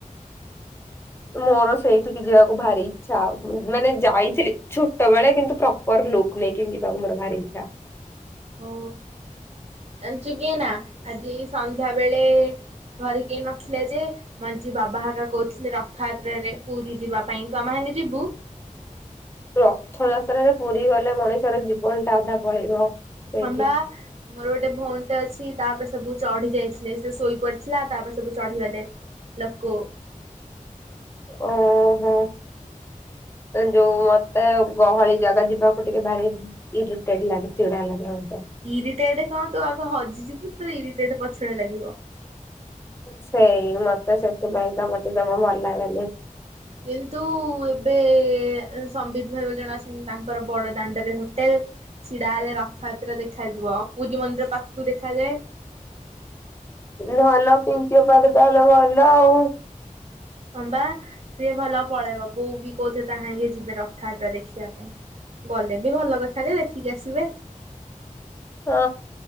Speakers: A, on the left; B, on the right.
A: ମୋର ସେଇଠିକି ଯିବାକୁ ଭାରି ଇଛା ମାନେ ଯାଇଥିଲି ଛୋଟ ବେଳେ କିନ୍ତୁ ପ୍ରପର ଲୁକ୍ ନେଇକି ଯିବାକୁ ମୋର ଭାରି ଇଛା।
B: ଓ ଜଣିଛୁ କିଏ ନା ଆଜି ସନ୍ଧ୍ୟାବେେଳେ ଘର କେହି ନଥିଲେ ଯେ ମଞ୍ଜି ବାବା ହକା କହୁଥିଲେ ରଥଯାତ୍ରାରେ ପୁରୀ ଯିବା ପାଇଁ ତୁ ଆମ ସାଙ୍ଗେ ଯିବୁ?
A: ରଥ ଯାତ୍ରରେ ପୁରୀ ଗଲେ ମଣିଷର ଜୀବନ ଟା ଅଧା ପଳେଇବ। ସେଇଠି
B: ହଁ ବା ମୋର ଗୋଟେ ଭଉଣୀଟା ଅଛି। ତାପରେ ସବୁ ଚଢି ଯାଇଥିଲେ ସେ ଶୋଇ ପଡିଥିଲା ତାପରେ ସବୁ ଚଢିଗଲେ ଲୋକ।
A: ଓହୋ ଯୋଉ ମତେ ଗହଳି ଜାଗା ଯିବାକୁ ଟିକେ ଭାରି ଇରିଟେଡ ଲାଗେ ଚିଡା ଲାଗେ ମ।
B: ଇରିଟେଟ କଣ ତୁ ଆଗ ହଜିଯିବୁ ତ ଇରି ପଛରେ ଲାଗିବ।
A: ସେଇ ମତେ ସେଥିପାଇଁ ତ ମତେ ଜମା ଭଲ ଲାଗନି।
B: କିନ୍ତୁ ଏବେ ସମ୍ବିତ ଭାଇ ଜଣା ତାଙ୍କର ବଡ ଦାଣ୍ଡରେ ହୋଟେଲ ଛିଡା ହେଲେ ରଥଯାତ୍ରା ଦେଖାଯିବ ପୁରୀ ମନ୍ଦିର ପାଖକୁ ଦେଖାଯାଏ
A: ଭଲ ଫିଙ୍କ ପରିବାର ଭଲ ଆଉ
B: ହବା ସିଏ ଭଲ ପଳେଇବ ବୋଉ ବି କହୁଥିଲେ ତାହାକ ଯିବେ ରଥଯାତ୍ରା ଦେଖିବା ପାଇଁ ଗଲେ ବି ଭଲ କଥା ଯେ ଦେଖିକି ଆସିବେ
A: ହଁ